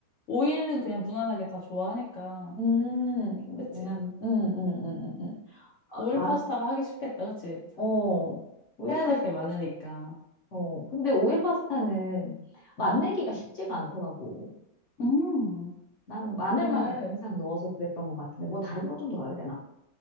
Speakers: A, on the left; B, on the left.
A: 오일은 그냥 무난하게 다 좋아하니까.
B: 음,
A: 그치?
B: 난, 음, 음, 음, 음. 음. 어,
A: 오일
B: 난,
A: 파스타가 하기 쉽겠다. 그치? 사-
B: 어, 오일
A: 해야
B: 파스타,
A: 될 게 많으니까.
B: 어. 근데 오일 파스타는 맛내기가 쉽지가 않더라고.
A: 음.
B: 나는 마늘만
A: 그래.
B: 항상 넣어서 그랬던 것 같은데, 뭐 다른 것 좀 넣어야 되나?